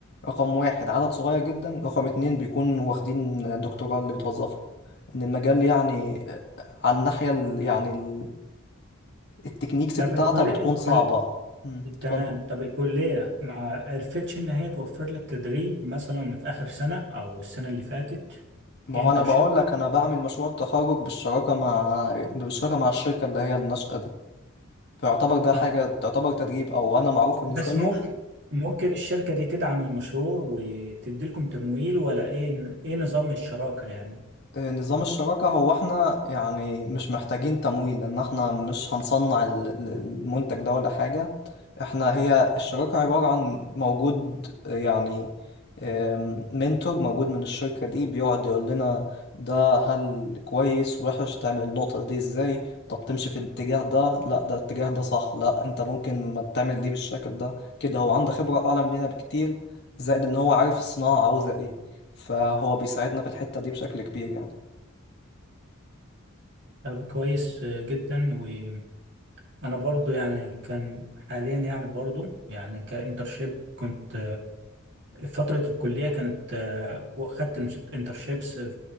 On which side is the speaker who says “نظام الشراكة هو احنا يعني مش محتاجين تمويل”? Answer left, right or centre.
Left